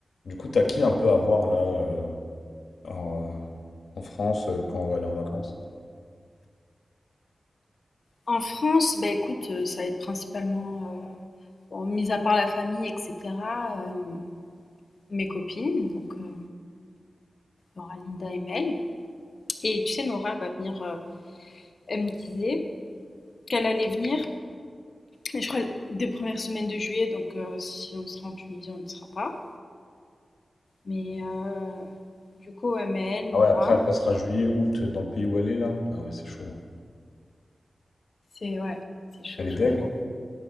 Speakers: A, on the left; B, on the left.
A: Du coup, t'as qui un peu à voir là euh, en, en France euh, quand on va aller en vacances?
B: En France, bah écoute, heu, ça va être principalement, heu, bon, mis à part la famille et cetera, hem, mes copines, donc hem, Laura, Linda et Mel. Et tu sais, Nora va venir, heu, elle me disait qu'elle allait venir, mais je crois des premières semaines de juillet, donc heu, si on sera en Tunisie, on ne sera pas. Mais heu, du coup, ouais, Mel,
A: Ah
B: Nora,
A: ouais, après elle passera juillet, août euh, dans le pays où elle est là. Ah ouais, c'est chaud. hein.
B: c'est ouais, c'est chaud,
A: Elle est
B: chaud,
A: deg.
B: chaud.